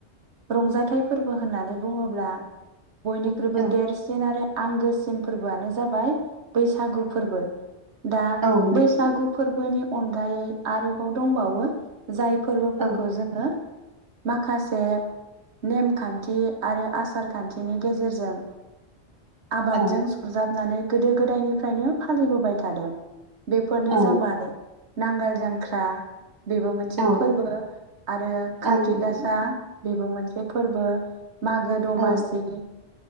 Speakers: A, on the right (about 75°); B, on the right (about 20°).
A: रंजाथाइ फोरबो होननानै बुङोब्ला बयनिख्रुइबो
B: औ
A: देरसिन आरो आंगोसिन फोरबोआनो जाबाय बैसागु फोरबो। दा
B: औ नंगौ
A: बैसागु फोरबोनि अनगायै आरोबाव दंबावो जाय फोरबोफोरखौ
B: औ
A: जोङो माखासे नेमखान्थि आरो आसार खान्थिनि गेजेरजों आबादजों
B: औ
A: सरजाबनानै गोदो गोदायनिफ्रायनो फालिबोबाय थादों। बेफोरनो
B: औ
A: जाबाय नांगोल जांख्रा बेबो मोनसे
B: औ
A: फोरबो आरो काति
B: औ नंगौ
A: गासा बेबो मोनसे फोरबो मागो दमासि
B: औ